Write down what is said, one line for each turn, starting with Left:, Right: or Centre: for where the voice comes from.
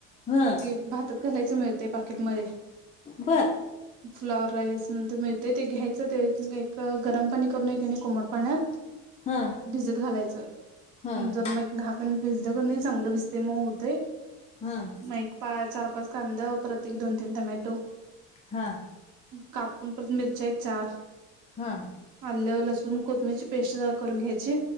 Left: हां
Right: ते भातात घालायच मिळतंय पाकीट मध्ये
Left: बर
Right: फ्लॉवर राईस अन् मिळते ते घ्यायचं ते एक गरम पाणी करून कि नाही कोमट पाण्यात
Left: हां
Right: भिजत घालायचं <unintelligible>
Left: हां
Right: दहा <unintelligible> भिजलं का नाही चांगलं भिजते मऊ होतय
Left: हां
Right: मग एक पा चार पाच कांद परत एक दोन तीन टमॅटो
Left: हा
Right: कापून परत मिरच्या एक चार
Left: हां
Right: आलं लसूण कोथमीरची पेस्ट जरा करून घ्यायची